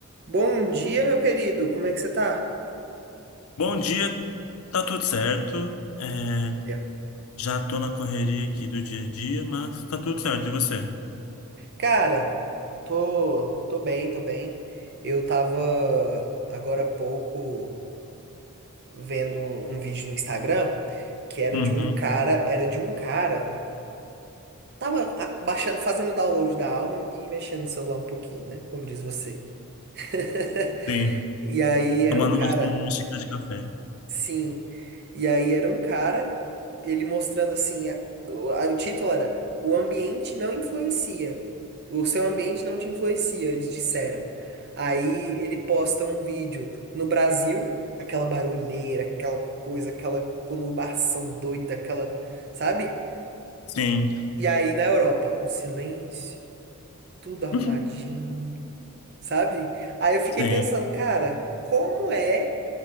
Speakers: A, on the right (about 50°); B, on the left (about 70°).
A: Bom dia, meu querido. Como é que você tá?
B: Bom dia, tá tudo certo. É,
A: Maravilha.
B: já tô na correria aqui do dia a dia, mas tá tudo certo. E você?
A: Cara, tô, tô bem, tô bem. Eu tava agora há pouco vendo um, um vídeo no Instagram que era
B: Uhum,
A: de um cara, era de um cara. Tava a- baixando, fazendo download da alma e mexendo no celular um pouquinho, né? Como diz você. <laughs>
B: sim.
A: E aí era
B: Tomando
A: um cara
B: uma, uma xícara de café.
A: Sim. E aí era um cara, ele mostrando assim, a- o, a- o título era O ambiente não influencia. O seu ambiente não te influencia, eles disseram. Aí ele posta um vídeo no Brasil, aquela barulheira, aquela coisa, aquela conurbação doida, aquela, sabe?
B: Sim,
A: E aí na Europa, um silêncio, tudo arrumadinho,
B: <laughs>
A: sabe? Aí eu fiquei
B: sim.
A: pensando, cara, como é